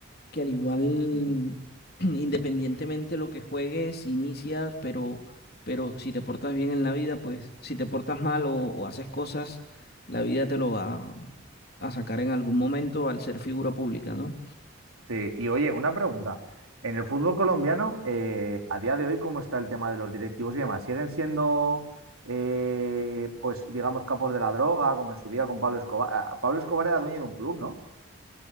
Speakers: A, on the left; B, on the right.
A: que al igual, <clears throat> independientemente lo que juegues, inicias, pero, pero si te portas bien en la vida, pues si te portas mal o, o haces cosas, la vida te lo va a sacar en algún momento al ser figura pública, ¿no?
B: Sí, y oye, una pregunta. En el fútbol colombiano, eh, a día de hoy, ¿cómo está el tema de los directivos y demás? ¿Siguen siendo, eh, pues, digamos, capos de la droga, como en su día con Pablo Escobar? Ah, Pablo Escobar era dueño de un club, ¿no?